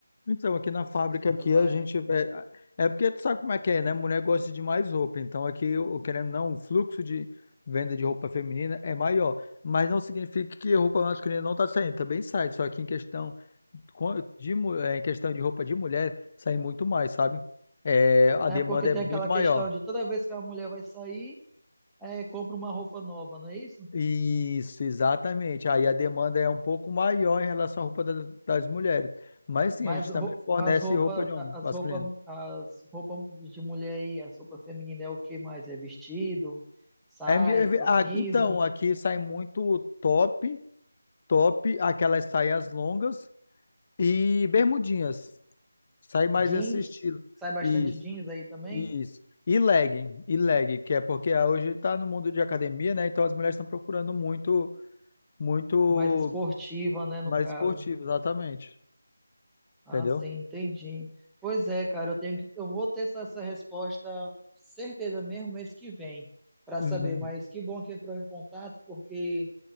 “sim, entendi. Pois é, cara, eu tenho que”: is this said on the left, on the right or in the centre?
Centre